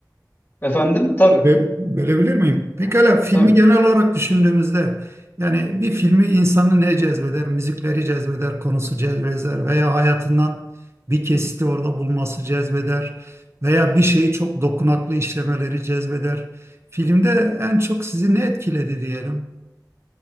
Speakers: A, on the left (about 35°); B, on the right (about 40°).
A: Efendim? Tabii,
B: Ve- Verebilir miyim? Pekala filmi
A: tabii.
B: genel olarak düşündüğümüzde yani bir filmi insanı ne cezbeder? Müzikleri cezbeder, konusu cezbeder veya hayatından bir kesiti orada bulması cezbeder veya bir şeyi çok dokunaklı işlemeleri cezbeder. Filmde en çok sizi ne etkiledi diyelim?